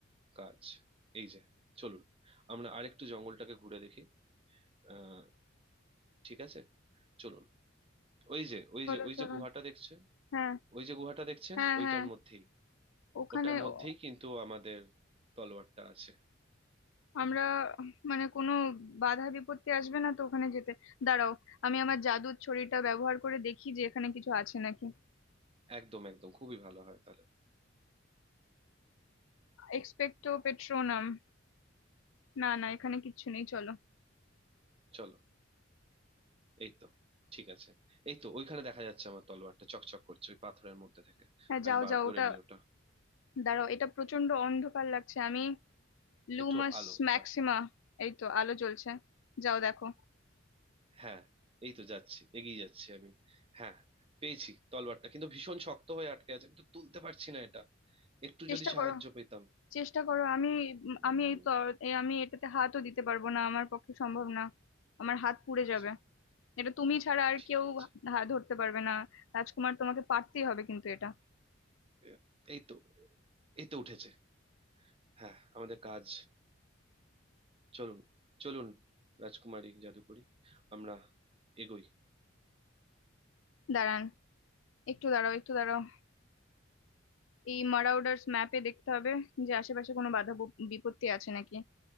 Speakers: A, on the right; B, on the left.
A: কাজ এই যে চলুন আমরা আরেকটু জঙ্গলটাকে ঘুরে দেখি আহ ঠিক আছে চলুন ওই যে ওই
B: চলো
A: যে ওই
B: চলো
A: যে গুহাটা দেখছেন
B: হ্যাঁ
A: ওই যে গুহাটা দেখছেন
B: হ্যাঁ
A: ওইটার
B: হ্যাঁ
A: মধ্যেই
B: ওখানে
A: ওটার মধ্যেই
B: ও-
A: কিন্তু আমাদের তলোয়ারটা আছে
B: আমরা মানে কোনো বাধা বিপত্তি আসবে না তো ওখানে যেতে দাঁড়াও আমি
A: হুম,
B: আমার জাদুর ছড়িটা ব্যবহার করে দেখি যে এখানে কিছু আছে নাকি
A: একদম একদম খুবই ভালো হয় তাহলে
B: এক্সপেক্টো পেট্রোনাম না না এখানে কিচ্ছু নেই চলো
A: চলো এই তো ঠিক আছে এই তো ওইখানে দেখা যাচ্ছে আমার তলোয়ারটা চকচক করছে ওই পাথরের মধ্যে থেকে
B: হ্যাঁ
A: আমি
B: যাও
A: বার
B: যাও
A: করে
B: ওটা
A: নি ওটা
B: দাঁড়াও এটা প্রচন্ড অন্ধকার লাগছে আমি লুমাস
A: একটু আলো
B: ম্যাক্সিমা
A: হ্যাঁ
B: এই তো আলো জ্বলছে যাও দেখো
A: হ্যাঁ এই তো যাচ্ছি এগিয়ে যাচ্ছি আমি হ্যাঁ পেয়েছি তলোয়ারটা কিন্তু ভীষণ শক্ত হয়ে আটকে আছে আমি তো তুলতে পারছি না এটা একটু
B: চেষ্টা
A: যদি সাহায্য
B: করো
A: পেতাম
B: চেষ্টা করো আমি উম,
A: উম,
B: আমি এই তো এই আমি এটাতে হাতও দিতে পারবো না আমার পক্ষে সম্ভব না আমার হাত পুড়ে
A: আচ্ছা
B: যাবে এটা তুমি ছাড়া আর
A: ঠিক
B: কেউ
A: আছে
B: হা- ধরতে পারবে না রাজকুমার তোমাকে পারতেই হবে কিন্তু এটা
A: এ- এই তো এই তো উঠেছে হ্যাঁ আমাদের কাজ চলুন চলুন রাজকুমারী জাদুকরি আমরা এগোই
B: দাঁড়ান একটু দাঁড়াও একটু দাঁড়াও এই মারাউডার্স ম্যাপে দেখতে হবে যে আশেপাশে কোনো বাধা বিপ- বিপত্তি আছে নাকি